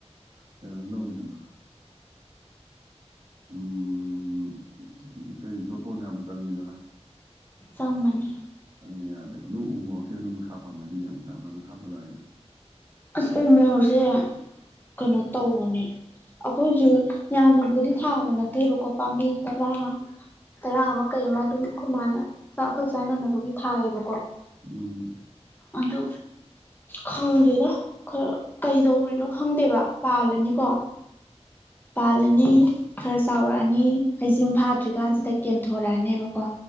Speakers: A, on the right; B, on the left.
A: ꯀꯩꯅꯣꯅ ꯇꯧꯋꯤꯗꯅꯣ ꯎꯝ ꯀꯩ ꯖꯣꯇꯣꯅ ꯌꯥꯝ ꯆꯪꯉꯤꯗꯅ
B: ꯆꯪꯕꯅꯤ
A: ꯆꯪꯉꯦ ꯌꯥꯗꯦ ꯑꯗꯨ ꯎ ꯃꯣꯔꯣꯛꯁꯦ ꯑꯗꯨꯝ ꯅꯨꯡꯁꯥ ꯐꯪꯉꯗꯤ ꯌꯥꯝ ꯌꯥꯝ ꯐꯖꯅ ꯁꯥꯠꯄꯖꯅꯤꯅ
B: ꯑꯁ ꯎ ꯃꯣꯔꯨꯁꯦ ꯀꯩꯅꯣ
A: ꯎꯝ
B: ꯇꯧꯕꯅꯤ ꯑꯩꯈꯣꯏꯁꯨ ꯌꯥꯝꯅꯕꯨꯗꯤ ꯊꯥꯕ ꯅꯠꯇꯦꯕꯀꯣ ꯄꯥꯝꯕꯤ ꯇꯔꯥo ꯇꯔꯥ ꯑꯃ ꯀꯩ ꯑꯃ ꯑꯗꯨꯝ ꯑꯩꯈꯣꯏ ꯃꯥꯅ ꯑꯩꯈꯣꯏ ꯆꯥꯅꯅꯕꯒꯤ ꯊꯥꯏꯌꯦꯕꯀꯣ
A: ꯎꯝ
B: ꯑꯗꯤ ꯈꯪꯗꯔ ꯈꯔ ꯀꯩꯗꯧꯔꯤꯅꯣ ꯈꯪꯗꯦꯕ ꯄꯥꯜꯂꯅꯤꯀꯣ ꯄꯥꯜꯂꯅꯤ ꯈꯔ ꯆꯥꯎꯔꯛꯑꯅꯤ ꯍꯩꯖꯤꯡ ꯐꯥꯗ꯭ꯔꯤꯀꯥꯟꯁꯤꯗ ꯀꯦꯟꯊꯣꯔꯛꯑꯅꯦꯕꯀꯣ